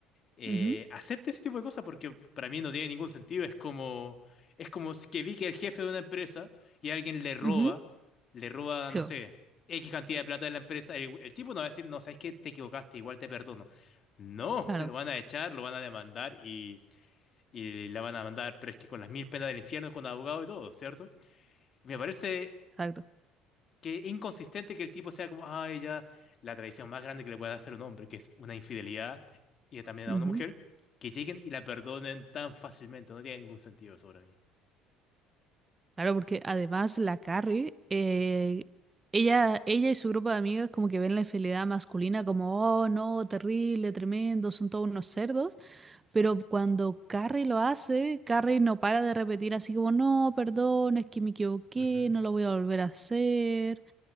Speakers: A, on the left; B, on the right.
A: eh,
B: Ujú,
A: acepte ese tipo de cosas porque para mí no tiene ningún sentido. Es como, es como si que Vic es el jefe de una empresa y alguien le roba,
B: ujú.
A: le roba,
B: Sí,
A: no
B: bo,
A: sé, X cantidad de plata de la empresa. El, el tipo no va a decir, no, sabes que te equivocaste, igual te perdono. No,
B: claro,
A: <laughs> lo van a echar, lo van a demandar y, y la van a mandar, pero es que con las mil penas del infierno, con abogado y todo, ¿cierto? Me parece
B: exacto.
A: que es inconsistente que el tipo sea como, ay, ya, la traición más grande que le puede hacer un hombre, que es una infidelidad, y también
B: Ujú.
A: a una mujer, que lleguen y la perdonen tan fácilmente, no tiene ningún sentido eso para mí.
B: Claro, porque además la Carrie, eh, ella, ella y su grupo de amigas como que ven la infidelidad masculina como, oh, no, terrible, tremendo, son todos unos cerdos. Pero cuando Carrie lo hace, Carrie no para de repetir así como, no, perdón, es que me equivoqué,
A: Ujú.
B: no lo voy a volver a hacer.